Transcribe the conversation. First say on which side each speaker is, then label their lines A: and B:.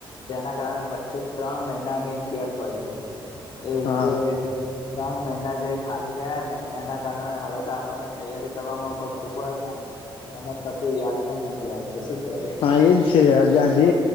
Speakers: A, on the left (about 55°); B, on the left (about 75°).
A: જેના કારણે વચ્ચે ત્રણ મહિનાની ગેપ પડી. એ
B: હા
A: બે પ્રાળ ના જે ખાલી ગયા, ને એના કારણે હવે તો આપર્ણને તૈયારી કરવામાં પણ ખુબ જ. <unintelligible> આવતું શું કે
B: હા એજ છે આજે આજે